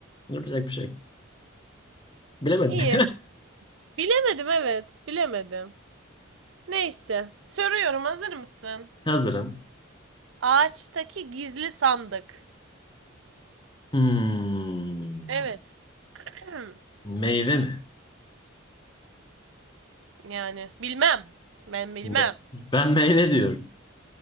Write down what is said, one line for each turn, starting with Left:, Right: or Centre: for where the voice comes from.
Left: Yapacak bir şey yok. Bilemedim.
Right: İyi. Bilemedim evet. Bilemedim. Neyse. Soruyorum hazır mısın?
Left: <laughs> Hazırım.
Right: Ağaçtaki gizli sandık.
Left: Hmm.
Right: Evet. <clears throat>
Left: Meyve mi?
Right: Yani bilmem. Ben bilmem.
Left: Me- ben meyve diyorum.